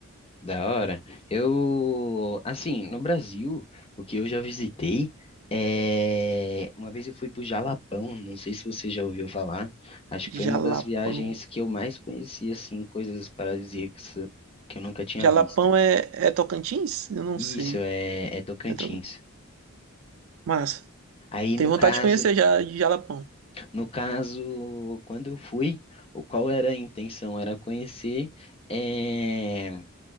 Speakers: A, on the left; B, on the right.
A: da hora. Eu, assim, no Brasil, o que eu já visitei é. Uma vez eu fui pro Jalapão, não sei se você já ouviu falar. Acho que foi
B: Jalapão.
A: uma das viagens que eu mais conheci, assim, coisas paradisíacas que eu nunca tinha
B: Jalapão
A: visto.
B: é, é Tocantins? Eu não
A: Isso,
B: sei.
A: é, é Tocantins.
B: É Toc- Massa.
A: Aí
B: Tenho
A: no caso,
B: vontade de conhecer já de Jalapão.
A: no caso, quando eu fui, o- qual era a intenção? Era conhecer, eh,